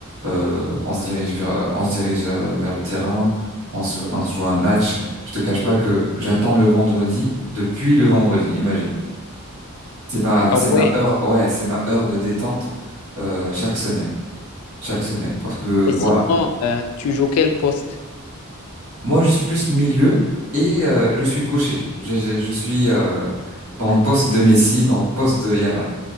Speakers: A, on the right; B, on the left.
A: euh, on se dirige vers, on se dirige euh, vers le terrain, on se, on se joue un match. Je te cache pas que j'attends le vendredi depuis le vendredi, imagine. C'est ma,
B: Ah
A: c'est
B: ouais.
A: ma heure, ouais, c'est ma heure de détente euh, chaque semaine, chaque semaine. Parce que
B: Et sinon,
A: voilà,
B: euh, tu joues quel poste?
A: moi, je suis plus milieu et euh, je suis gaucher. Je, je, je suis euh, dans le poste de Messi, dans le poste de Yamal,